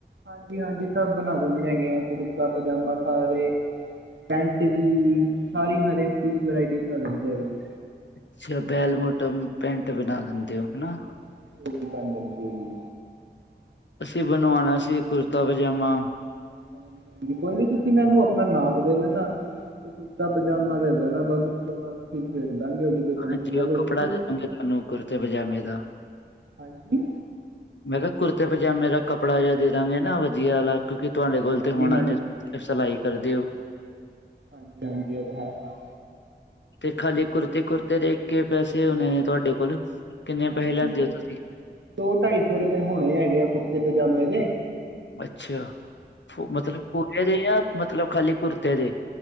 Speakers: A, on the right; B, on the left.
A: ਹਾਂਜੀ- ਹਾਂਜੀ ਸਭ ਬਣਾ ਦਿੰਦੇ ਹੈਗੇ ਆ, ਕੁੜਤਾ ਪਜਾਮਾ ਸਾਰੇ। ਪੈਂਟ ਵੀ, ਸਾਰੀ ਹਰੇਕ ਚੀਜ਼ ਵਰਾਇਟੀ ਬਣਾ ਦਿੰਦੇ ਹੈਗੇ ਆ।
B: ਅੱਛਾ ਬੈਲਮੋਟਮ? ਪੈਂਟ ਬਣਾ-
A: ਹਾਂਜੀ-
B: ਦਿੰਦੇ ਹੋ ਹਨਾ,
A: ਹਾਂਜੀ, ਹਾਂਜੀ ਉਹ ਵੀ ਬਣ ਜਾਂਦੀ ਹੈਗੀ।
B: ਅਸੀਂ ਬਣਵਾਉਣਾ ਸੀ, ਕੁੜਤਾ- ਪਜਾਮਾ।
A: ਹਾਂਜੀ- ਹਾਂਜੀ ਕੋਈ ਨੀ, ਤੁਸੀਂ ਮੈਨੂੰ ਆਪਣਾ ਨਾਪ ਦੇ ਦੇਣਾ। ਅਤੇ ਕੁੜਤਾ- ਪਜਾਮਾ ਦੇ ਦੇਣਾ, ਬਾਸ ਉਸ ਤੋਂ ਬਾਅਦ ਅਸੀ ਦੇਖ ਲਾਂਗੇ ਉਹਦੀ। ਕੋਈ
B: ਹਾਂਜੀ,
A: ਟੈਨਸ਼ਨ ਨਾ
B: ਉਹ
A: ਲਓ
B: ਕੱਪੜਾ
A: ਤੁਸੀਂ
B: ਦੇ ਦਣਗੇ ਤੁਹਾਨੂੰ ਕੁੜਤੇ- ਪਜਾਮੇ ਦਾ।
A: ਹਾਂਜੀ
B: ਮੈਂ ਕਿਹਾ ਕੁੜਤੇ- ਪਜਾਮੇ ਦਾ ਕੱਪੜਾ ਜਿਹਾ ਦੇ ਦਾਂਗੇ ਨਾ ਵਧੀਆ ਵਾਲਾ, ਕਿਉਂਕਿ ਤੁਹਾਡੇ ਕੋਲ
A: ਹਾਂਜੀ
B: ਤੇ ਹੋਣਾ
A: ਹਾਂਜੀ
B: ਨੀ। ਤੁਸੀਂ ਤੇ ਸਿਲਾਈ ਕਰਦੇ ਹੋ।
A: ਹਾਂਜੀ- ਹਾਂਜੀ ਇਹ ਤਾਂ ਹੈ ਤਾਂ।
B: ਤੇ ਖਾਲੀ ਕੁੁਰਤੇ- ਕੁੁਰਤੇ ਦੇ ਕੇ ਪੈਸੇ ਹੋਣੇ ਨੇ ਤੁਹਾਡੇ ਕੋਲ? ਕਿੰਨੇ ਪੈਸੇ
A: ਏਹੀ
B: ਲੈਂਦੇ
A: ਕੁੱਛ
B: ਹੋ ਤੁਸੀਂ
A: ਦੋ, ਢਾਈ ਸੌ ਰੁਪਏ ਹੋਣੇ ਹੈਗੇ ਆ ਕੁੜਤੇ- ਪਜਾਮੇ ਦੇ।
B: ਅੱਛਾ, ਮਤਲਬ ਪੂਰੇ ਦੇ ਜਾਂ, ਮਤਲਬ ਖਾਲੀ ਕੁੁਰਤੇ ਦੇ?